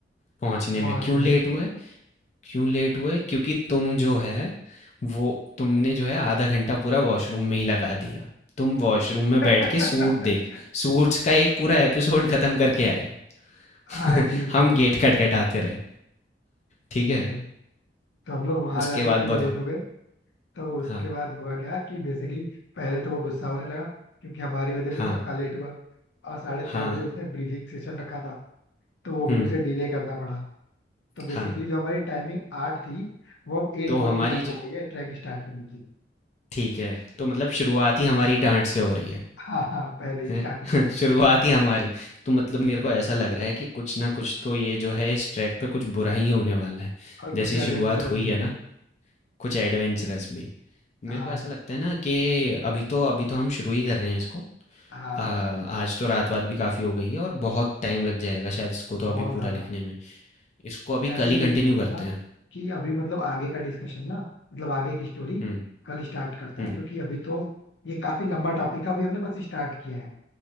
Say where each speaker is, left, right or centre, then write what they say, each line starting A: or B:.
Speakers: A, on the left; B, on the left.
A: पहुँचने में।
B: मॉर्निंग
A: क्यों लेट
B: में
A: हुए क्यों लेट हुए? क्योंकि तुम जो है वो तुमने जो है आधा घंटा पूरा वॉशरूम में ही लगा दिया। तुम वॉशरूम में
B: <laughs>
A: बैठ के सूट देख सूट्स का एक पूरा एपिसोड खत्म करके आए। <laughs>
B: हाँ ठीक
A: हम
B: है
A: गेट खटखटाते रहे। ठीक
B: ठीक
A: है?
B: है तो हम लोग वहां
A: उसके
B: जाने
A: बाद
B: के लिए
A: बताओ
B: लेट हो गए तो उसके
A: हाँ,
B: बाद हुआ क्या कि बेसिकली पहले तो वो गुस्सा होने लगा क्योंकि हमारी वजह
A: हाँ,
B: से सबका लेट हुआ और साढ़े
A: हाँ,
B: छह बजे उसने ब्रीफिंग सेशन रखा था तो वो भी
A: हुँ,
B: उसे डिले करना पड़ा तो बेसिकली
A: हाँ।
B: जो हमारी टाइमिंग आठ थी वो अब एट
A: तो
B: फोर्टी
A: हमारी
B: फाइव
A: जो
B: हो गई है ट्रैक स्टार्ट करने की
A: ठीक है, तो मतलब शुरुआत
B: हाँ
A: ही हमारी डाँट से हो रही है,
B: हाँ हाँ, पहले ही
A: हैं?
B: स्टार्टिंग
A: <laughs>
B: में
A: शुरुआत ही हमारी, तो मतलब मेरे को ऐसा लग रहा है कि कुछ ना कुछ तो ये जो है इस ट्रैक पे कुछ बुरा ही होने वाला है।
B: और
A: जैसी
B: कुछ एडवेंचरस
A: शुरुआत हुई
B: भी
A: है ना, कुछ एडवेंचरस भी। मेरे
B: हाँ
A: को ऐसा लगता है ना कि अभी तो अभी तो हम शुरू ही कर रहे हैं इसको।
B: हाँ
A: अ, आज तो रात-वात भी काफ़ी हो गई है और बहुत टाइम लग जाएगा शायद इसको तो
B: बहुत
A: अभी पूरा
B: ज्यादा
A: लिखने में। इसको अभी
B: मैं
A: कल
B: भी
A: ही
B: यही
A: कंटिन्यू
B: सोच रहा
A: करते
B: था
A: हैं।
B: कि अभी मतलब आगे का डिस्कशन ना मतलब आगे की स्टोरी
A: हुँ,
B: कल स्टार्ट करते
A: हुँ,
B: हैं क्योंकि अभी तो ये काफी लंबा टॉपिक है अभी हमने बस स्टार्ट किया है